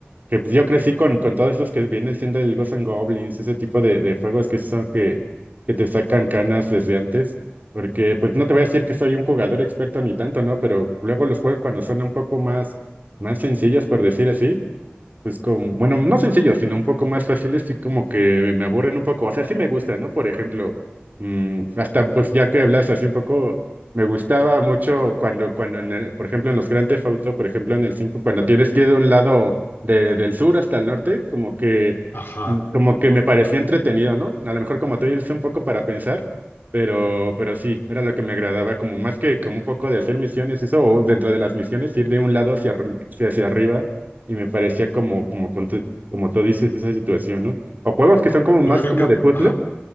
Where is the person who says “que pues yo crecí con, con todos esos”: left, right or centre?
Right